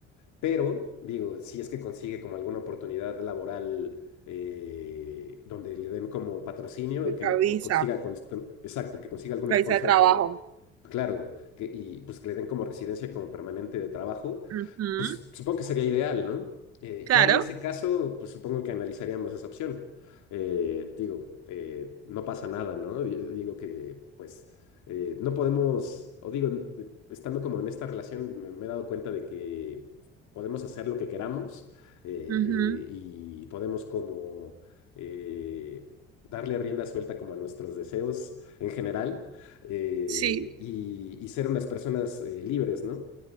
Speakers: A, on the left (about 65°); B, on the right (about 50°).
A: Pero, digo, si es que consigue como alguna oportunidad laboral eh, donde le den como patrocinio, que
B: La
A: le,
B: visa,
A: o consiga, cons- con- exacto, que consiga algún
B: la
A: sponsor
B: visa de trabajo.
A: de, claro, que, y pues que le den como residencia como permanente de trabajo,
B: Ujú,
A: pues supongo que sería ideal, ¿no? Eh,
B: claro.
A: ya en ese caso, pues supongo que analizaríamos esa opción. Eh, digo, eh, no pasa nada, ¿no? Di- Digo que, pues, eh, no podemos, o digo, n- estando como en esta relación, me, me he dado cuenta de que podemos hacer lo que queramos eh,
B: ujú,
A: eh, y podemos como eh, darle rienda suelta como a nuestros deseos en general eh,
B: sí.
A: y, y ser unas personas eh, libres, ¿no?